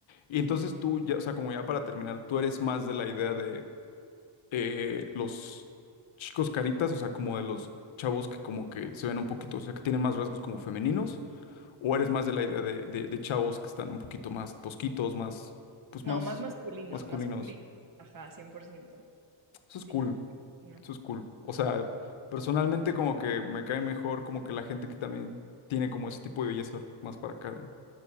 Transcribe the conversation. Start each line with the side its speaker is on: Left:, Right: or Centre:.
Left: Y entonces tú, ya, o sea, como ya para terminar, tú eres más de la idea de eh, los chicos caritas, o sea, como de los chavos que como que se ven un poquito, o sea, que tienen más rasgos como femeninos, o eres más de la idea de, de, de chavos que están un poquito más tosquitos, más, pues
Right: No,
Left: más
Right: más masculinos,
Left: masculinos.
Right: masculinos. Ajá, 100%.
Left: Eso
Right: Sí,
Left: es cool.
Right: no, no.
Left: Eso es cool. O sea, personalmente como que me cae mejor como que la gente que también tiene como ese tipo de belleza más para acá de